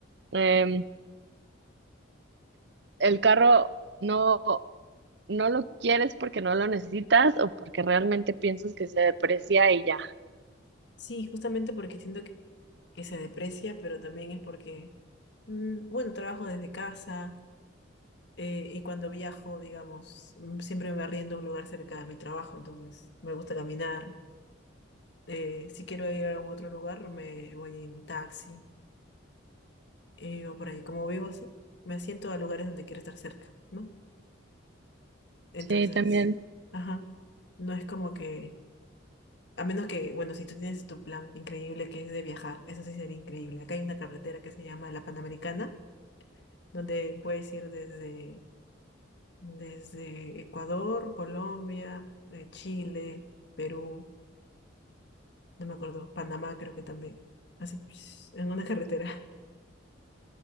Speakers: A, on the right; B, on the left.
A: Em, el carro no, no lo quieres porque no lo necesitas o porque realmente piensas que se deprecia y ya.
B: Sí, justamente porque siento que, que se deprecia, pero también es porque, mm, bueno, trabajo desde casa eh, y cuando viajo, digamos, mm, siempre me arriendo a un lugar cerca de mi trabajo, entonces me gusta caminar. Eh, si quiero ir a un otro lugar, me voy en taxi. eh, o por ahí, como vivo así, me asiento a lugares donde quiero estar cerca, ¿no? Entonces,
A: Sí, también.
B: ajá, no es como que, a menos que, bueno, si tú tienes tu plan increíble que es de viajar, eso sí sería increíble. Acá hay una carretera que se llama la Panamericana, donde puedes ir desde, desde Ecuador, Colombia, eh, Chile, Perú, no me acuerdo, Panamá creo que también, así, <sniffs> en una carretera. <laughs>